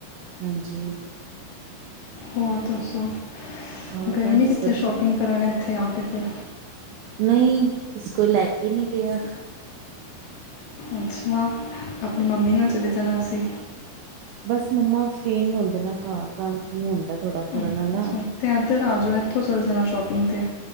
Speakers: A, on the right; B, on the left.
A: ਹਾਂਜੀ।
B: ਹੋਰ ਦੱਸੋ,
A: ਹੋਰ
B: ਗਏ
A: ਬਸ
B: ਨੀ ਕਿੱਤੇ
A: ਵਧੀਆ
B: ਸ਼ੋਪਿੰਗ ਕਰਨ ਇੱਥੇ ਆ ਕੇ ਫਿਰ
A: ਨਹੀਂ ਇਸ ਕੋਈ ਲੈ ਕੇ ਨਹੀ ਗਿਆ
B: ਅੱਛਾ, ਆਪਣੀ ਮੰਮੀ ਨਾਲ ਚਲੇ ਜਾਣਾ ਸੀਂ।
A: ਬਸ ਮੰਮਾ ਫਰੀ ਨੀ ਹੁੰਦੇ ਨਾ ਘਰ ਕੰਮ -ਕੁਮ ਹੁੰਦਾ ਥੋੜਾ ਕਰਨ
B: ਅੱਛਾ
A: ਆਲਾ।
B: ਅੱਛਾ ਅਤੇ ਇੱਧਰ ਆ ਜਾਓ, ਇੱਥੋਂ ਚੱਲ ਜਾਣਾ ਸ਼ੋਪਿੰਗ 'ਤੇ